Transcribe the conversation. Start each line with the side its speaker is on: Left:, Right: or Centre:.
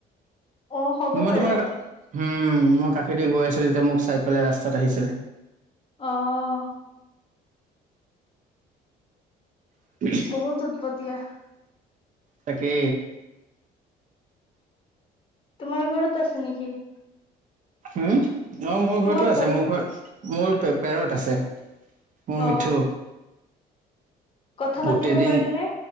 Left: অ হ'ব
Right: মই
Left: পাৰে
Right: তোমাক উম মই কাষেদি গৈ আছিলো তেতিয়া মোক চাই পেলাই ৰাস্তাত আহিছিলে।
Left: অঁ।
Right: উ। <inaudible>
Left: বহুত উতপতিয়া।
Right: তাকে।
Left: তোমাৰ ঘৰত আছে নেকি।
Right: উম অ মোৰ
Left: তোমাৰ
Right: ঘৰতো আছে।
Left: ঘৰত
Right: মোৰ ঘৰত মোৰ পে পেৰত আছে। মোৰ
Left: অ
Right: মিঠু।
Left: কথা পাতিব
Right: গোটেই দিন।
Left: পাৰে নে